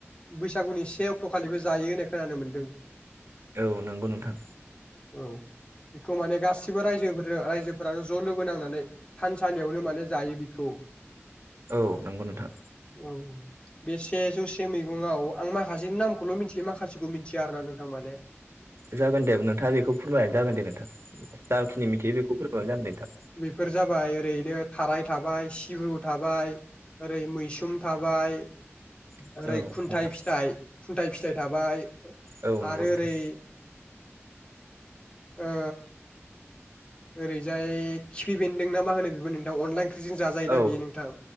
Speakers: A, on the left; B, on the right.
A: बैसागुनि से अक्ट'खालिबो जायो होननाय खोनानो मोन्दों।
B: नोंगौ नोंथां।
A: औ बेखौ माने गासिबो राय जोफोरा रायजोफोरानो ज' लोगो नांनानै थानसालियावनो माने जायो बेखौ।
B: नांगौ नोंथां।
A: औ। बे सेजौसे मैगंयाव आं माखासेनि नामखौल' मिथियो माखासेखौ मिथिया आरोना नोंथां माने।
B: जागोन दे नोंथाङा बेखौ फोरमायानो जागोन दे नोंथां जाखिनि मिथियो बेखौ फोरमायबानो जागोन दे नोंथां।
A: फोर जाबाय ओरैनो थाराय थाबाय, सिब्रु थाबाय ओरै मैसोम थाबाय
B: नोंथां
A: ओरै खुन्थाइ फिथाइ खुन्थाइ फिथाइ थाबाय।
B: औ नोंथां
A: आरो ओरै ओ ओरैजाय खिफि बेन्दों ना मा होनो बेबो नोंथां अनला इंख्रिजों जाजायो ना
B: औ
A: बियो नोंथां।